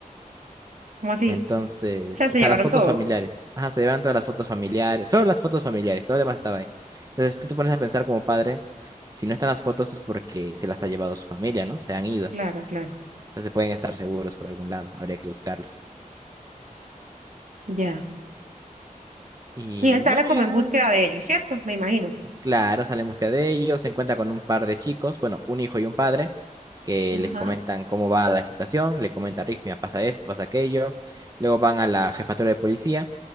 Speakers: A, on the right (about 65°); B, on the right (about 25°).
A: ¿Cómo así?
B: Entonces,
A: O sea, se
B: o sea,
A: llevaron
B: las fotos
A: todo.
B: familiares. Ajá, se llevan todas las fotos familiares, solo las fotos familiares, todo lo demás estaba ahí. Entonces tú te pones a pensar como padre, si no están las fotos es porque se las ha llevado su familia, ¿no? Se han ido.
A: Claro, claro.
B: Entonces pueden estar seguros por algún lado, habría que buscarlos.
A: Ya.
B: Y
A: Y él sale
B: bueno,
A: como
B: ya,
A: en búsqueda de ellos, ¿cierto? Me imagino.
B: y claro, sale en busca de ellos, se encuentra con un par de chicos, bueno, un hijo y un padre, que les
A: Ajá.
B: comentan cómo va la situación, le comenta a Rick, mira, pasa esto, pasa aquello. Luego van a la jefatura de policía,